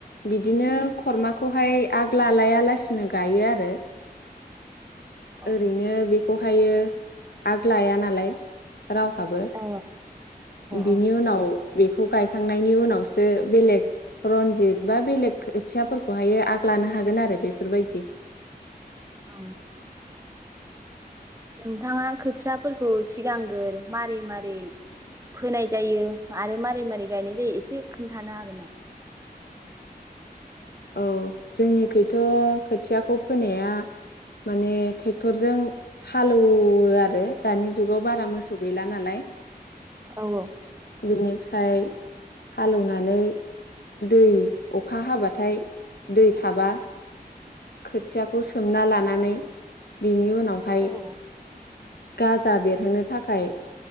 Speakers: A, on the left; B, on the right.
A: बिदिनो। खरमाखौहाय आग लालाया लासिनो गायो आरो।
B: अ
A: ओरैनो बेखौ ओमफ्रायो आग लाया नालाय। रावहाबो
B: अ
A: बिनि
B: अ
A: उनाव। बेखौ गायखांनायनि उनावसो बेलेग रनजित बा बेलेग खोथियाफोरखौहाय आग लानो हागोन आरो बेफोरबायदि ।
B: औ। नोंथाङा खोथियाफोरखौ सिगांग्र मारै मारै फोनाय जायो आरो मारै मारै गायनाय जायो एसे खोन्थानो हागोन आं।
A: औ जोंनिखथ' खोथियाखौ फोनाया माने ट्रेक्टरजों हालौवो आरो दानि जुगाव बारा मोसौ गैला नालाय।
B: औ औ।
A: बेनिफ्राय हालेवनानै दै अखा हाबा। नाथाय दै थाबा। खोथियाखौ सोमना लानानै। बिनि उनावहाय।
B: औ
A: गाजा बेरहोनो थाखाय